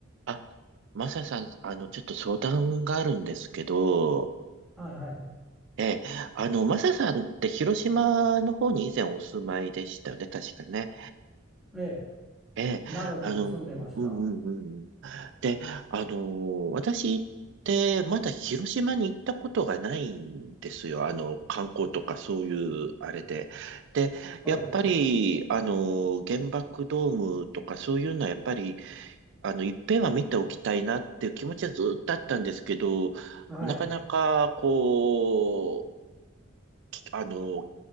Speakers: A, on the right; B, in the centre.
A: あ、マサさん、あの、ちょっと相談があるんですけど、
B: はいはい。
A: ええ、あの、マサさんって広島の方に以前お住まいでしたよね、確かね。
B: ええ、
A: ええ、
B: 長く住んでました。
A: あの、うんうんうん。で、あの、私ってまだ広島に行ったことがないんですよ。あの、観光とかそういうあれで。で、
B: はい。
A: やっぱり、あの、原爆ドームとかそういうのはやっぱりあの、いっぺんは見ておきたいなっていう気持ちはずっとあったんですけど、
B: はい。
A: なかなか、こう、きあの、